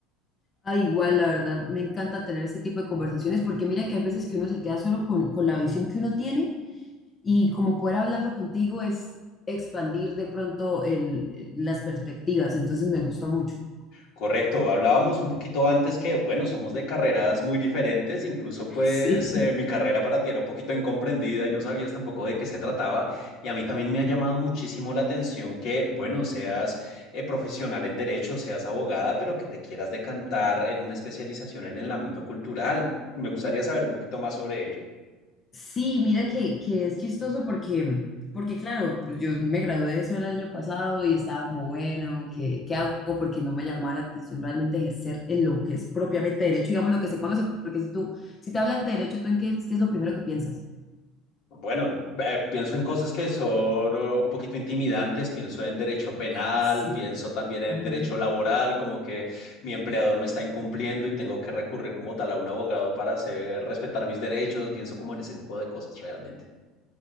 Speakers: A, on the left; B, on the left.
A: Ah, igual, la verdad, me encanta tener este tipo de conversaciones porque mira que hay veces que uno se queda solo con, con la visión que uno tiene y como poder hablarlo contigo es expandir de pronto el, las perspectivas, entonces me gusta mucho.
B: Correcto, hablábamos un poquito antes que, bueno, somos de carreras muy diferentes, incluso pues
A: <laughs> Sí.
B: eh, mi carrera para ti era un poquito incomprendida y no sabías tampoco de qué se trataba y a mí también me ha llamado muchísimo la atención que, bueno, seas eh, profesional en derecho, seas abogada, pero que te quieras decantar en una especialización en el ámbito cultural. Me gustaría saber un poquito más sobre ello.
A: Sí, mira que, que es chistoso porque, porque claro, pues yo me gradué de eso el año pasado y estaba como, bueno, ¿qué, qué hago? Porque no me llamaba la atención realmente ejercer en lo que es propiamente derecho, digamos, lo que se conoce, porque si tú, si te hablas de derecho, ¿tú en qué, es- qué es lo primero que piensas?
B: Bueno, eh, pienso en cosas que son eh, un poquito intimidantes, pienso en derecho penal,
A: <laughs> Sí.
B: pienso también en
A: Ajá.
B: derecho laboral, como que mi empleador me está incumpliendo y tengo que recurrir como tal a un abogado para hacer respetar mis derechos, pienso como en ese tipo de cosas realmente.